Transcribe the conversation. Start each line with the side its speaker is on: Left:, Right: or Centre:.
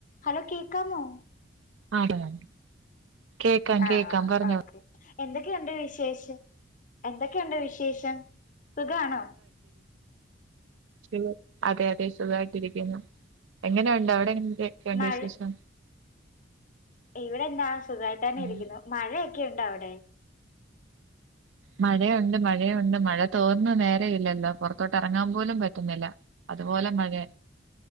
Left: Hello കേക്കാമോ
Right: <unintelligible> കേക്കാം
Left: ആഹ്
Right: കേക്കാം പറഞ്ഞോ
Left: ഓക്കെ എന്തൊക്കെയുണ്ട് വിശേഷം. എന്തൊക്കെയുണ്ട് വിശേഷം. സുഖആണോ?
Right: പിന്നെ അതെ അതെ സുഖായിട്ടിരിക്കുന്നു എങ്ങനെഉണ്ട് അവിടെ എന് ക്കെ ക്കണ്ട്
Left: മഴ
Right: വിശേഷം.
Left: ഇവിടെ എന്താ സുഖായിട്ടന്നെ
Right: ഉം
Left: ഇരിക്കുന്നു മഴയൊക്കെ ഇണ്ട അവി ടെ
Right: മഴയുണ്ട് മഴയുണ്ട് മഴ തോർന്ന് നേര ഇല്ലല്ലോ പൊറത്തോട്ട് ഇറങ്ങാൻ പോലും പറ്റുന്നില്ല അതുപോലെ മഴയ